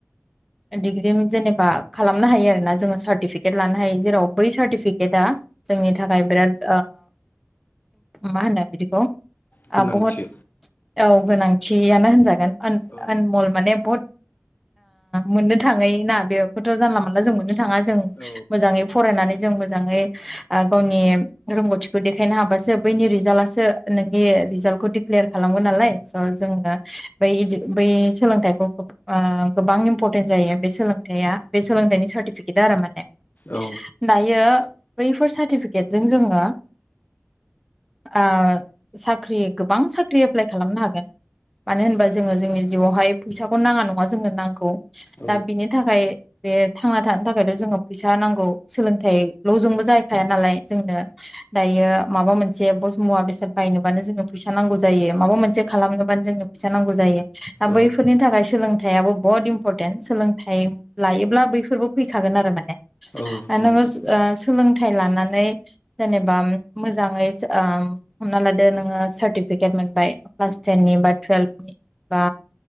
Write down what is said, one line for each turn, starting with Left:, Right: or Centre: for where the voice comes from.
Centre: डिग्रि जेनेबा खालामनो हायो आरोना जोङो। सारटिफिकेट लानो हायो जेराव बै सार्टिफिकेटआ जोंनि थाखाय बेराद मा होनो बिदिखौ
Left: गोनांथि
Centre: बहुद औ गोनांथियानो होनजागोन। अन
Left: औ
Centre: आनमल माने बुहुत मोननो थाङै ना बेखौथ जानला मानला जों मोननो थाङा जों
Left: औ
Centre: मोजाङै फरायनानै जों मोजाङै गावनि रोंगौथिखौ देखायनो हाबासो बैनि रिजाल्टसो नोंनि रिजाल्टखौ दि क्लियार खालामगोन नालाय स' जो दा बै इजु बै सोलोंथाइखौ ओ गोबां इम्परटेन्ट जायो बे सोलोंथाइया बे सोलोंथाइनि सार्टिफिकेट इदारो माने
Left: औ
Centre: दायो बैफोर सार्टिफिकेटजों जोङो ओ साख्रि गोबां साख्रि एप्लाइ खालामनो हागोन। मानो होनबा जोङो जोंनि जिउआवहाय फैसाखौनो नाङा नङा जोंनो नांगौ
Left: औ
Centre: दा बिनि थाखाय बे थांनात थानो थाखायथ' जोनो फैसा नांगौ सोलोंथाइल' जोंबो जाहैखाया नालाय जोंनो दायो माबा मोनसे बस मुवा बेसाद बायनोबानो जोंनो फैसा नांगौ जायो माबा मोनसे खालामनोबानो जोनो फैसा नांगौ जायो। दा
Left: औ
Centre: बैफोरनि थाखाय सोलोंथाइयाबो बहत इम्परटेन्ट सोलोंथाइ लायोब्ला बैफोरबो फैखागोन आरो माने
Left: औ नंगौ
Centre: नोङो स ओ सोलोंथाइ लानानै जेनेबा मोजाङैस ओम हमना लादो नोङो सार्टिफिकेट मोनबाय क्लास टेननि बा टुयेल्भ नि बा